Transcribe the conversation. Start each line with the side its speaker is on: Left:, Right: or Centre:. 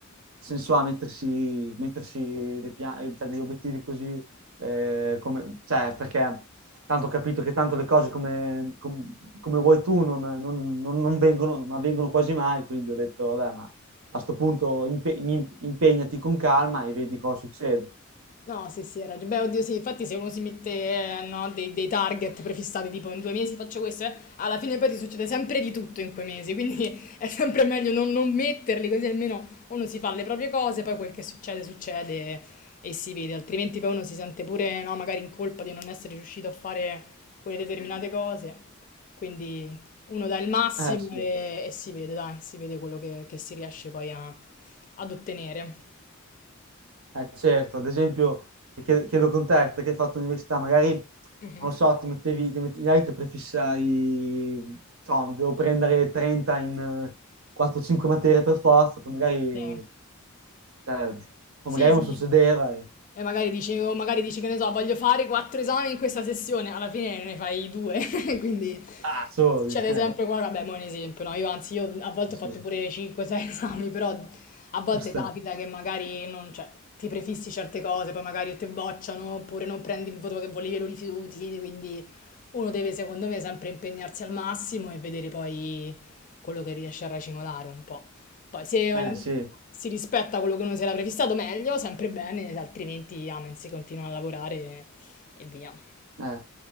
Right: nel senso a mettersi, mettersi dei pia- cioè, degli obiettivi così, eh, come- cioè, perché tanto ho capito che tanto le cose come, com- come vuoi tu non, non- non- non vengono, non avvengono quasi mai, quindi ho detto, vabbè, ma a sto punto impe- mi- impegnati con calma e vedi cosa succede.
Left: No, sì, sì, hai ragione. Beh, oddio, sì, infatti se uno si mette, eh, no, dei, dei target prefissati, tipo in due mesi faccio questo, eh, alla fine poi ti succede sempre di tutto in quei mesi, quindi <laughs> è sempre meglio non, non metterli, così almeno uno si fa le proprie cose, poi quel che succede, succede e si vede, altrimenti poi uno si sente pure, no, magari in colpa di non essere riuscito a fare quelle determinate cose. Quindi uno dà il massimo
Right: Eh, sì.
Left: e, e si vede, dai, si vede quello che, che si riesce poi a- ad ottenere.
Right: Eh, certo, ad esempio, chiedo, chiedo con te, perché hai fatto l'università, magari,
Left: Mhm.
Right: non lo so, ti mettevi, ti mettevi, magari ti prefissavi, so, devo prendere 30 in eh, 4-5 materie per forza, poi magari,
Left: Sì.
Right: cioè, poi
Left: Sì,
Right: magari
Left: sì.
Right: non succedeva, e,
Left: E magari dici, o magari dici che ne so, voglio fare quattro esami in questa sessione, alla fine ne fai due, <laughs> quindi
Right: ah, soli,
Left: succede
Right: <laughs> eh,
Left: sempre qua, vabbè, mo è un esempio, no? Io anzi, io a volte
Right: sì, sì.
Left: ho fatto pure 5-6 <laughs> esami, però a volte
Right: Basta.
Left: capita che magari non, cioè, ti prefissi certe cose, poi magari o te bocciano, oppure non prendi il voto che volevi e lo rifiuti, quindi uno deve, secondo me, sempre impegnarsi al massimo e vedere poi quello che riesce a racimolare un po'. Poi se
Right: Eh, sì.
Left: si rispetta quello che uno si era prefissato meglio, sempre bene, altrimenti amen, si continua a lavorare e, e via.
Right: Eh,